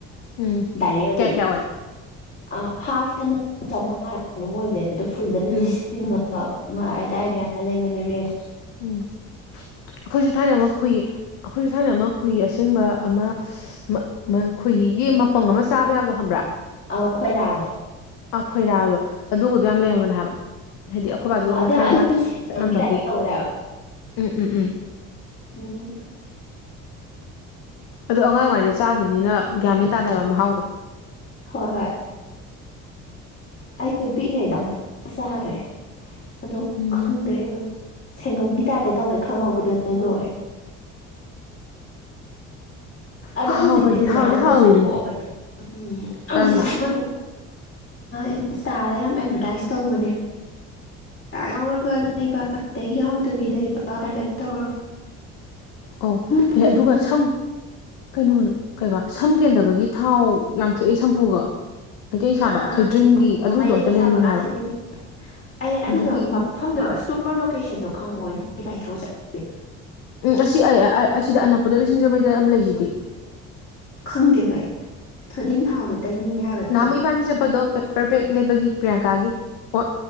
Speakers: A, on the left; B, on the left.
A: ꯎꯝ
B: ꯗꯥꯏꯔꯦꯛ ꯑꯗꯨꯝ
A: ꯀꯌꯥ ꯀꯌꯥ ꯑꯣꯏ
B: ꯑꯥ ꯍꯞꯇꯅ ꯆꯧꯉꯥꯔ ꯀꯩꯅꯣꯝ ꯑꯣꯏꯕꯅꯦ ꯑꯗꯨꯣ ꯐꯨꯜꯗꯅ
A: ꯎꯝ
B: ꯂꯤꯁꯤꯡ ꯑꯃ ꯑꯥꯗꯏ ꯃꯌꯥ ꯂꯩꯕꯅꯦ ꯔꯦꯟ
A: ꯎꯝ ꯑꯩꯈꯣꯏꯁꯨ ꯊꯥꯏꯅ ꯑꯃ ꯈꯣꯍꯤ ꯑꯩꯈꯣꯏꯁꯨ ꯊꯥꯏꯅ ꯑꯃ ꯈꯣꯏꯍꯤ ꯑꯁꯦꯡꯕ ꯑꯃ ꯈꯣꯏꯍꯤ ꯌꯦꯟ ꯃꯄꯪ ꯑꯃ ꯆꯥꯕ ꯌꯥꯕꯗꯣ ꯈꯪꯕ꯭ꯔꯥ
B: ꯑꯧ ꯈꯣꯏꯔꯥꯗꯣ
A: ꯑꯩ ꯈꯣꯏꯔꯥꯗꯣ ꯑꯗꯨꯒꯗꯣ ꯌꯥꯝ
B: ꯎꯝ
A: ꯂꯩꯔꯝꯕꯅꯦ ꯍꯥꯏꯕ ꯍꯥꯏꯗꯤ ꯑꯩꯈꯣꯏ ꯕꯥꯁꯨ ꯑꯃ
B: ꯑꯗꯨ
A: ꯊꯥꯏꯅ
B: ꯑꯗꯨ
A: ꯆꯠꯂꯝꯝꯕꯒꯤ
B: ꯁꯦꯝꯒꯤ ꯇꯥꯏꯞ ꯇꯧꯔꯦꯕ
A: ꯎꯝ ꯎꯝ ꯎꯝ
B: ꯎꯝ
A: ꯑꯗꯨ ꯑꯉꯥꯡ ꯑꯣꯏꯔꯤꯀꯥꯟꯗ ꯆꯥꯒꯤꯕꯅꯤꯅ ꯒ꯭ꯌꯥꯃꯦꯟ ꯇꯥꯗꯦꯕ ꯃꯍꯥꯎꯗꯣ
B: ꯍꯣꯏ ꯍꯣꯏ ꯑꯩꯁꯨ ꯄꯤꯛꯏꯉꯩꯗ ꯑꯝꯇꯪ ꯆꯥꯈ꯭ꯔꯦ ꯑꯗꯨꯝ
A: ꯎꯝ ꯑꯗꯨꯅꯦ
B: ꯈꯪꯗ꯭ꯔꯦ ꯑꯗꯨꯝ ꯁꯦꯟꯒꯝꯒꯤ ꯇꯥꯏꯞꯇ ꯇꯧꯋꯦ ꯈꯪꯍꯧꯕꯗꯣ ꯂꯣꯏꯔꯦ ꯑꯗ
A: ꯍꯥꯎꯕꯗꯤ
B: ꯍꯧꯖꯤꯛꯇꯤꯅꯦ
A: ꯍꯥꯎꯗꯤ
B: ꯑꯃꯁꯨ
A: ꯍꯥꯎꯋꯤꯗꯨꯅꯤ
B: ꯊꯣꯛꯑꯕꯅꯦ ꯎꯝ ꯍꯧꯖꯤꯛ
A: ꯀꯔꯝꯕ
B: ꯑꯃꯁꯨ ꯏꯟꯁꯇꯥꯗ ꯌꯥꯝ ꯑꯦꯗꯚꯔꯇꯥꯏꯁ ꯇꯧꯕꯅꯦ ꯌꯥꯎꯔꯒ ꯂꯩꯕ ꯑꯗꯩ ꯌꯥꯎꯗꯕꯤ ꯂꯩꯕ ꯀꯥꯏꯅ ꯇꯧꯔ
A: ꯑꯣ
B: ꯃꯣꯏꯒꯤꯗꯨꯅ
A: ꯑꯦ ꯑꯗꯨꯒ ꯁꯝ ꯀꯩꯅꯣ ꯀꯩꯕꯥ ꯁꯝ ꯀꯦꯟꯗꯕꯒꯤ ꯊꯥꯎ ꯌꯥꯝ ꯊꯣꯛꯑꯦ ꯁꯝꯄꯨꯒ ꯃꯩꯇꯩ ꯁꯥꯕ
B: ꯑꯥ
A: ꯊꯣꯏꯗ꯭ꯔꯤꯡꯒꯤ
B: ꯑꯥ
A: ꯑꯗꯨꯗꯣ
B: ꯃꯩꯇꯩꯅ
A: ꯑꯝꯇ ꯂꯩꯅꯤꯡꯉꯦ
B: ꯁꯥꯕ ꯑꯥ
A: ꯍꯥꯏꯕ
B: ꯊꯣꯏꯗꯤꯡ ꯑꯩ
A: ꯑꯗꯒꯤ
B: ꯑꯗꯨꯗꯣ ꯃꯐꯝꯗꯣ ꯏꯁꯇꯣꯔ ꯂꯣꯀꯦꯁꯟꯗꯣ ꯈꯪꯉꯛꯑꯣ ꯅꯕꯟꯅꯤ ꯒꯔꯤ ꯊꯧꯔꯥ ꯆꯠꯂꯨꯁꯦ
A: ꯎꯝ ꯑꯁꯤ ꯑꯁꯤꯗ ꯑꯅꯛꯄꯗ ꯁꯤꯡꯖꯃꯩꯗ ꯑꯃ ꯂꯩꯁꯤꯗꯤ
B: ꯈꯪꯗꯦꯕꯥ ꯑꯩ ꯊꯣꯏꯗꯤꯡ ꯊꯥꯎꯗꯣ ꯇꯩꯅꯤꯡꯉꯦ ꯍꯥꯏꯕ ꯑꯩꯁꯨ
A: ꯅꯍꯥꯟꯃꯨꯛ ꯏꯕꯥꯟꯅꯤ ꯆꯠꯄꯗꯣ ꯄꯦꯄꯔ ꯕ꯭ꯔꯦꯛ ꯂꯩꯕꯒꯤ ꯄ꯭ꯔꯤꯌꯥꯡꯀꯥꯒꯤ ꯑꯣ